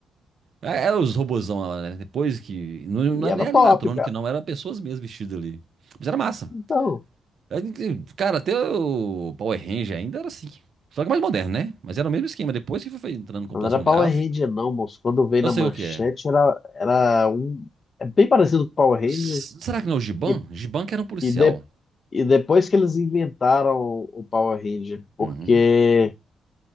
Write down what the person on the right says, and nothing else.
é, Era os robozão lá, né? Depois que. Não,
não era
nem animatrônico,
não. Era pessoas mesmo vestidas ali. Mas era massa.
É, e, Cara, até o Power Ranger ainda era assim. Só que mais moderno, né? Mas era o mesmo esquema. Depois que foi entrando em computação
gráfica,
eu
sei
o que é.
S- Será que não é o Giban?
Giban que era um policial.
Uhum.